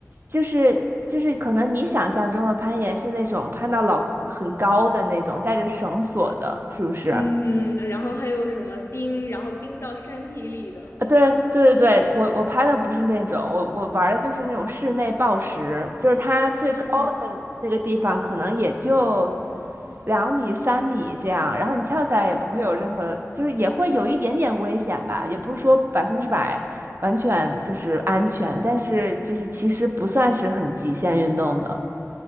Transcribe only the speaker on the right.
就是就是可能你想象中的攀岩是那种攀到老很高的那种，带着绳索的，是不是？
啊，
对对对对，我我攀的不是那种，我我玩儿的就是那种室内抱石，就是它最高
那个地方可能也就两米、三米这样，然后你跳下来也不会有任何，就是也会有一点点危险吧，也不是说百分之百完全就是安全，但是就是其实不算是很极限运动的。